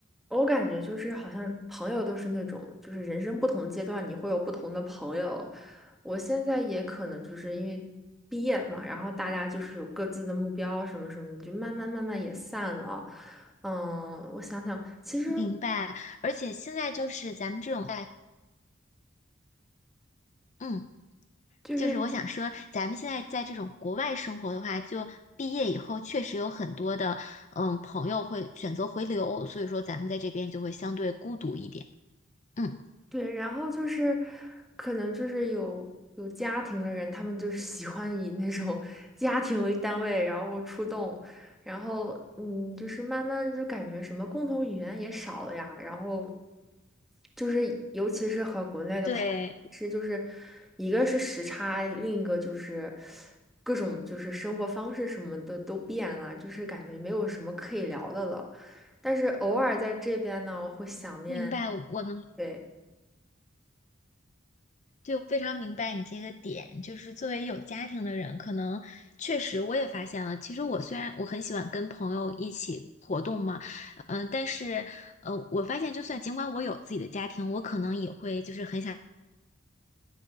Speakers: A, in the centre; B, on the left.
A: 我感觉就是好像朋友都是那种就是人生不同阶段你会有不同的朋友。我现在也可能就是因为毕业嘛，然后大家就是有各自的目标什么什么，就慢慢慢慢也散了。嗯，我想想，其实
B: 明白。而且现在就是咱们这种在，嗯。
A: 就是
B: 就是我想说，咱们现在在这种国外生活的话，就毕业以后确实有很多的，嗯，朋友会选择回流，所以说咱们在这边就会相对孤独一点。嗯，
A: 对，然后就是可能就是有有家庭的人，他们就是喜欢以那种 <laughs> 家庭为单位，然后出动，然后嗯，就是慢慢就感觉什么共同语言也少了呀，然后。就是尤其是和国内的朋友是，
B: 对，
A: 就是一个是时差，另一个就是各种就是生活方式什么的都变了，就是感觉没有什么可以聊的了。但是偶尔在这边呢，会想念，
B: 明白，我我能，
A: 对，
B: 就非常明白你这个点。就是作为有家庭的人，可能确实我也发现了，其实我虽然我很喜欢跟朋友一起活动嘛，嗯、但是呃，我发现就算尽管我有自己的家庭，我可能也会就是很想。